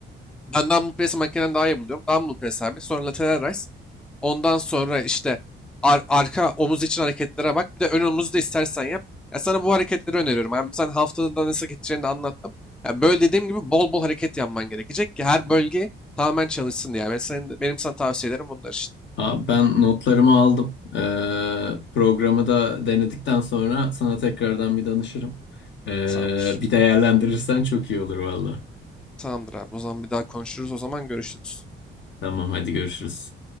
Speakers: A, in the centre; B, on the left (about 65°).
A: ben dumbbell press'i makineden daha iyi buluyorum. Dumbbell press abi. Sonra lateral raise. Ondan sonra işte ar- arka omuz için hareketlere bak. Bir de ön omuzu da istersen yap. Ya sana bu hareketleri öneriyorum. Abi sen haftada da nasıl gideceğini de anlattım. Ya böyle dediğim gibi bol bol hareket yapman gerekecek ki her bölge tamamen çalışsın diye. Ve senin, benim sana tavsiyelerim bunlar işte.
B: Ha, ben notlarımı aldım. Ee, programı da denedikten sonra sana tekrardan bir danışırım. Ee,
A: Tamamdır.
B: bir değerlendirirsen çok iyi olur valla.
A: Tamamdır abi. O zaman bir daha konuşuruz. O zaman görüşürüz.
B: Tamam hadi görüşürüz.